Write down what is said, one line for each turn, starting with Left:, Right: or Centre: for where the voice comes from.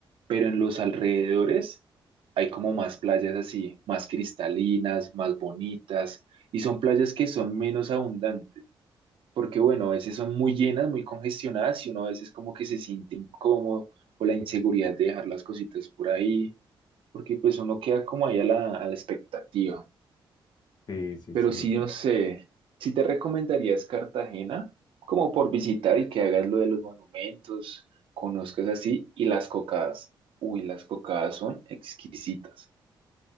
Right: pero en los alrededores hay como más playas así, más cristalinas, más bonitas, y son playas que son menos abundantes, porque bueno, a veces son muy llenas, muy congestionadas y uno a veces como que se siente incómodo o la inseguridad de dejar las cositas por ahí, porque pues uno queda como ahí a la, a la expectativa.
Left: sí, sí,
Right: Pero
Left: sí.
Right: sí,
Left: claro.
Right: no sé, si te recomendarías Cartagena, como por visitar y que hagas lo de los monumentos, conozcas así, y las cocadas. Uy, las cocadas son exquisitas.